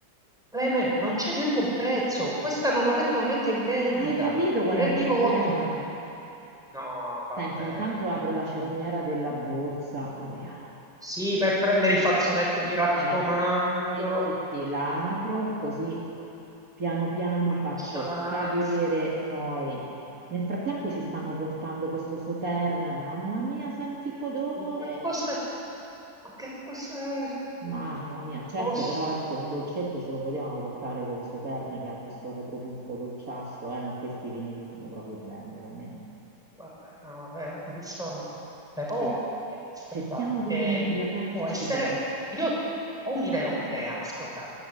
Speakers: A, in the centre; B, on the right (about 55°).
A: Cleme, non c'è neanche il prezzo. Questa non la mettono neanche in vendita.
B: Hai capito qual
A: Ti rendi
B: è il problema?
A: conto? No, vabbè.
B: Senti, intanto apro la cerniera della borsa. Apriamo.
A: Sì, per prendere i fazzoletti, mi raccomando,
B: Eh, sì, sì, sì, la apro così piano piano
A: con
B: faccio
A: nonchalance.
B: cadere poi. Nel frattempo ci stanno portando questo Sautern. Mamma mia, senti che odore!
A: Un qualcosa ma che cos'è?
B: Mamma mia, certo,
A: Oh signore.
B: però ecco, un dolcetto ce lo potevano portare col Sauterne che ha questo retrogusto dolciastro, eh, ma questi vini li fanno proprio bene, veramente.
A: Vabbè, no, eh, ristorante. Però,
B: Cer-
A: eh, aspetta,
B: cerchiamo di
A: eh,
B: non ubriacarci,
A: può essere...
B: però.
A: Io ho un'idea, ho un'idea, ascolta.